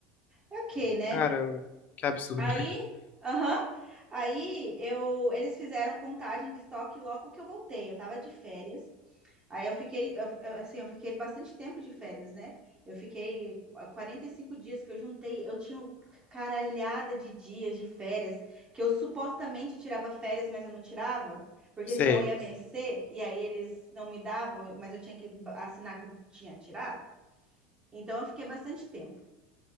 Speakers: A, on the right; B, on the left.
A: é ok, né?
B: Caramba, que absurdo.
A: Aí,
B: <laughs>
A: aham, aí eu, eles fizeram contagem de estoque logo que eu voltei, eu tava de férias. Aí eu fiquei, eu- eu- assim, eu fiquei bastante tempo de férias, né? Eu fiquei 45 dias que eu juntei, eu tinha um caralhada de dias de férias, que eu supostamente tirava férias, mas eu não tirava, porque
B: Sei.
A: senão ia Sim. vencer, e aí eles não me davam, mas eu tinha que assinar que eu tinha tirado. Então eu fiquei bastante tempo.